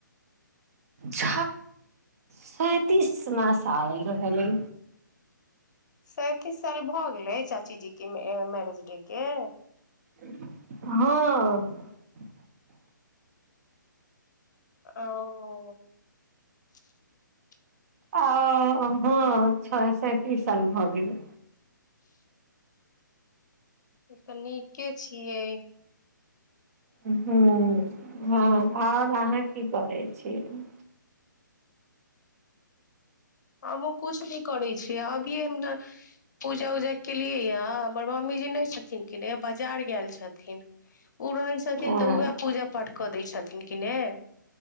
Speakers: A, on the right; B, on the left.
A: छ सैंतीसमा साल रहलै
B: सैं तीस साल भऽ गेलै चाची जी के मैरेज डे के
A: हँ
B: ओ
A: आ हँ छ सैंतीस साल भऽ गेलै
B: <inaudible> तब तऽ नीके छियै
A: ह्म्म हँ आओर अहाँ की करै छियै
B: हमहूँ कुछ नै करै छियै अभीये हम ने पूजा उजा केलियै यै हँ मम्मी जी नहि छथिन कि ने बाजार गैल छथिन उ रहै छथिन
A: हँ
B: तऽ उह पूजा पाठ कऽ दै छथिन किनेे